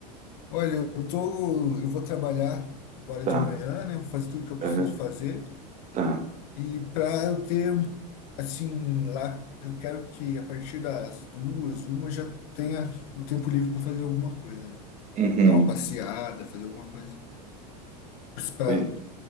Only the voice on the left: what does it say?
Olha, eu tô, eu vou trabalhar agora
de manhã, né? Vou fazer tudo que eu preciso
fazer.
E para eu ter, assim, lá, eu quero que a partir das duas, uma, eu já tenha o tempo livre para fazer alguma coisa, né?
Dar uma passeada, fazer alguma coisa. Para